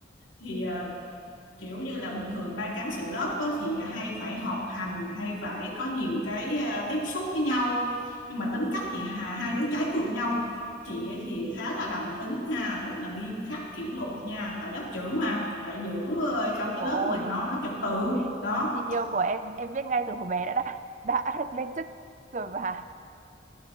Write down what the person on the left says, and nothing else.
thì à, kiểu như là bình thường ban cán sự lớp á, thì hay phải họp hành hay phải có nhiều cái à, tiếp xúc với nhau nhưng mà tính cách thì hà hai đứa trái ngược nhau chị ấy thì khá là đầm tính ha rất là nghiêm khắc kỷ luật nha tại lớp trưởng mà phải giữ ờ, cho
cái
lớp
mình nó nó trật
tự đó